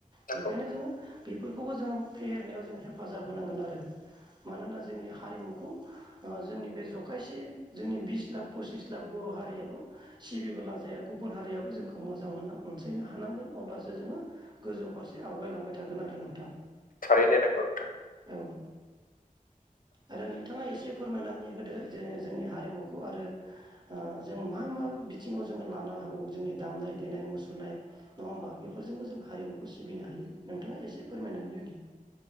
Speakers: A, on the left; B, on the right.
A: नंगौ
B: बेखायनो
A: नोंथां
B: जोङो बेफोरखौबो जोङो फेहेरनायाव जों हेफाजाब होनांगोन आरो मानोना जोंनि हारिमुखौ ओ जोंनि बे जखायसे जोंनि बिस लाख पसिस लाख बर' हारियाल' सिबिबोला जाया गुबुन हारियाबो जोंखौ मोजां मोनना अनसायनो हा हानांगोन अब्लासो जोङो गोजौ फारसे आवगायलांबाय थागोन आरो नोंथां।
A: थारैनो नंगौ नोंथां।
B: औ आरो नोंथाङा एसे फोरमायनानै होदो जे जोंनि हारिमुखौ आरो ओ जों मा मा बिथिङाव जोङो लानो हाबावगौ जोंनि दामनाय देनाय मुसुरनाय नङा होमबा बेफोरजोंबो जों हारिमुखौ सिबिनो हायो नोंथाङा एसे फोरमायनानै होदो।